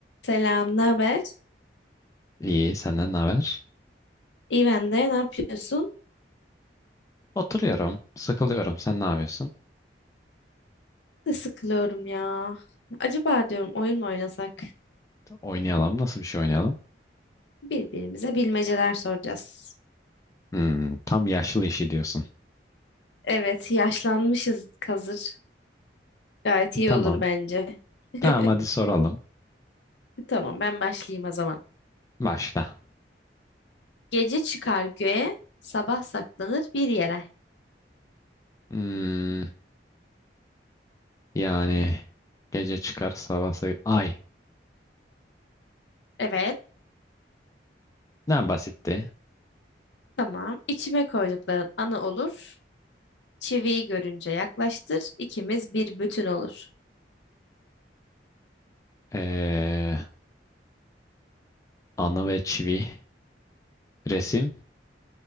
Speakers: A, on the left; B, on the left.
A: Selam, ne haber?
B: İyi, senden ne haber?
A: İyi ben de. Ne yapıyorsun?
B: Oturuyorum, sıkılıyorum. Sen ne yapıyorsun?
A: Ne sıkılıyorum ya. Acaba diyorum oyun mu oynasak?
B: Oynayalım. Nasıl bir şey oynayalım?
A: Birbirimize bilmeceler soracağız.
B: Hmm, tam yaşlı işi diyorsun.
A: Evet, yaşlanmışız hazır. Gayet iyi
B: Tamam.
A: olur bence. <laughs>
B: Tamam hadi soralım.
A: Tamam, ben başlayayım o zaman.
B: Başla.
A: Gece çıkar göğe, sabah saklanır bir yere.
B: Hmm, yani gece çıkar sabah say- Ay.
A: Evet,
B: Ne basitti.
A: tamam. İçime koydukların anı olur. Çiviyi görünce yaklaştır, ikimiz bir bütün olur.
B: Ee, anı ve çivi. Resim.